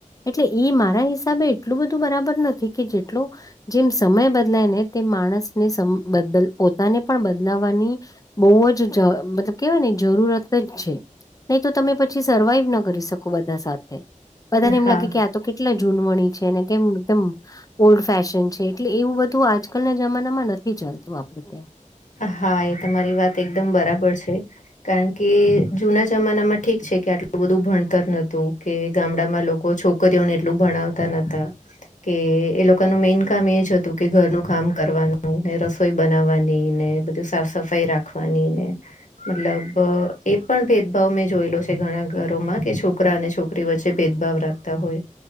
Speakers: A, on the left; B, on the left.
A: એટલે એ મારા હિસાબે એટલું બધું બરાબર નથી કે જેટલું જેમ સમય બદલાય ને તે માણસને બદ પોતાને પણ બદલાવાની બહુ જ મતલબ કેવાય ને જરૂરત જ છે. નહી તો તમે પછી સર્વાઈવ ના કરી શકો બધા સાથે બધાને એમ
B: હા
A: લાગે કે તો કેટલા જૂનવણી છે ને કેમ એકદમ ઓલ્ડ ફેશન છે એટલે એવું બધું આજકાલના જમાનામાં નથી ચાલતું આપડે ત્યાં.
B: હા એ તમારી વાત એકદમ બરાબર છે. કારણ કે જુના જમાનામાં ઠીક છે કે આટલું બધું ભણતર નતું કે ગામડામાં લોકો છોકર ને એટલું ભણાવતા નોતા કે એ લોકોનું મેઈન કામ એજ હતું કે ઘરનું કામ કરવાનું ને રસોઈ બનાવવાનું ની ને બધું સાફ સફાઈ રાખવાની ને. મતલબ એ પણ ભેદભાવ મેં જોયેલો છે ઘણા ઘરોમાં કે છોકરા અને છોકરી છોકરી વચ્ચે ભેદભાવ રાખતા હોય